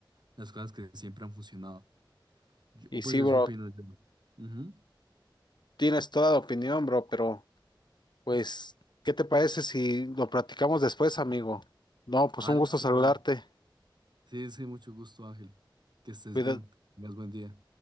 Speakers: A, on the right; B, on the left.
A: las cosas que siempre han funcionado. Yo-
B: Y
A: o pues
B: sí,
A: eso
B: bro,
A: opino yo. Ujú.
B: tienes toda la opinión, bro, pero pues, ¿qué te parece si lo platicamos después, amigo? No, pues
A: Ah,
B: un
A: listo,
B: gusto saludarte.
A: Ángel. Sí, sí, mucho gusto, Ángel. Que estés
B: Cuida.
A: bien. Tengas buen día.